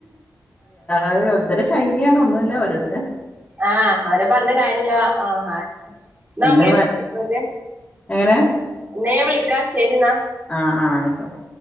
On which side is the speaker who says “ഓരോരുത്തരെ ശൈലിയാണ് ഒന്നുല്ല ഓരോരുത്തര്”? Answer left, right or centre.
Left